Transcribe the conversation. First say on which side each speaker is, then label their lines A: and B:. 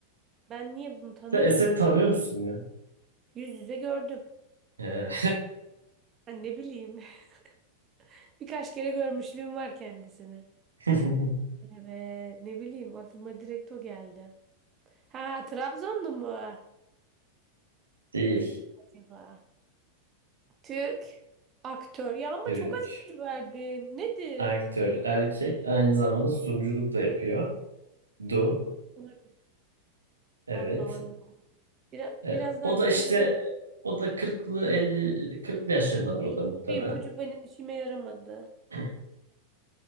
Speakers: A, on the right (about 30°); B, on the right (about 75°).
A: Ben niye bunu tanıyayım
B: Sen Esed
A: ki yüz
B: tanıyor
A: yüze?
B: musun ya?
A: Yüz yüze gördüm.
B: Ee,
A: Ben ne bileyim. <laughs> Birkaç kere görmüşlüğüm var kendisini.
B: <laughs>
A: Evet, ne bileyim aklıma direkt o geldi. Ha, Trabzonlu mu
B: Değil.
A: acaba? Türk aktör. Ya ama
B: Türk.
A: çok az ipucu verdin. Nedir?
B: Aktör erkek. Aynı zamanda sunuculuk da yapıyor. Du.
A: Umarım.
B: Evet.
A: Allah Allah. Biraz,
B: E,
A: biraz daha
B: o
A: ipucu
B: da işte
A: alabilir miyim?
B: o da kırklı elli kırklı yaşlarındadır
A: Oy.
B: o da muhtemelen.
A: Bu ipucu benim işime yaramadı.
B: <clears throat>